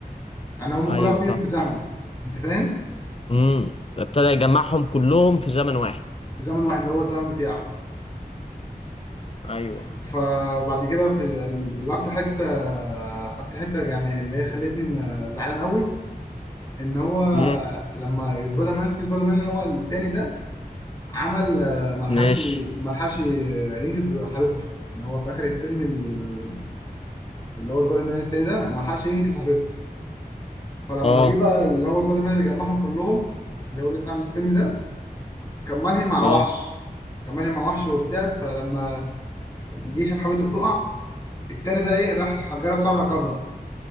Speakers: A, on the left; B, on the left.
A: يعني هم
B: ايوه
A: كل واحد فيهم
B: فاهم
A: في زمن انت فاهم
B: امم ابتدى يجمعهم كلهم في زمن واحد
A: في زمن واحد اللي هو الزمن بتاعه
B: ايوه
A: ف- فبعد كده في ال- الاكتر حته اكتر حته يعني اللي هي خلتني م- زعلان قوي ان هو
B: امم
A: لما سبايدر مان في سبايدر مان اللي هو التاني ده عمل آه، ملحقش
B: ماشي
A: ملحقش ينقذ حبيبته يعني هو في اخر الفيلم ال- اللي هو سبايدر مان التاني ده ملحقش ينقذ حبيبته فلما
B: اه
A: جه بقى اللي هو سبايدر مان اللي جمعهم كلهم اللي هو لسه عامل الفيلم ده كان ملهي مع
B: اه
A: وحش كان ملهي مع وحش وبتاع فلما جه شاف حبيبته بتقع التاني ده ايه راح جرب بسرعه ركزها